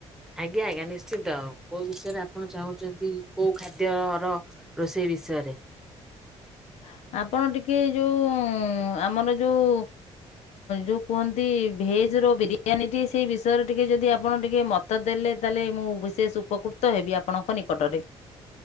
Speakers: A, in the centre; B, on the left.
A: ଆଜ୍ଞା ଆଜ୍ଞା ନିଶ୍ଚନ୍ତ କୋଉ ବିଷୟରେ ଆପଣ ଚାହୁଁଛନ୍ତି କୋଉ ଖାଦ୍ୟ ର ରୋଷେଇ ବିସରେ?
B: ହ ଆପଣ ଟିକେ ଯୋଉ ଆମର ଯୋଉ ଯୋଉ କୁହନ୍ତି ଭେଜ ର ବିରିୟାନୀ ଟି ସେଇ ବିଷୟରେ ଟିକେ ଯଦି ଆପଣ ଟିକେ ମତ ଦେଲେ ତାହେଲେ ମୁଁ ବିଶେଷ ଉପକୃତ ହେବି। ଆପଣଙ୍କ ନିକଟରେ।